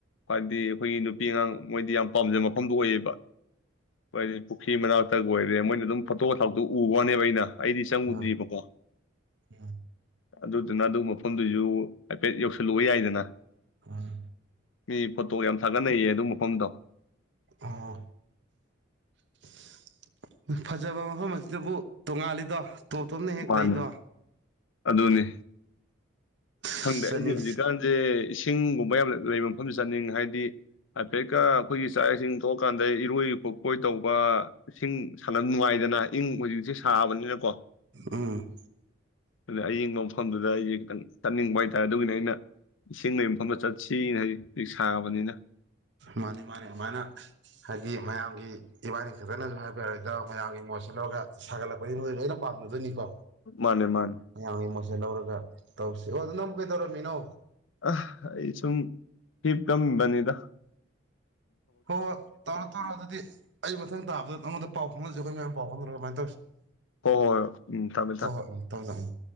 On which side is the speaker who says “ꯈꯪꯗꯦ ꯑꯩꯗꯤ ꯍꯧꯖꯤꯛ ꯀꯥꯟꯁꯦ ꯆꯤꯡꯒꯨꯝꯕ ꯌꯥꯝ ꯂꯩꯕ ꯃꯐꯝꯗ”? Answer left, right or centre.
Left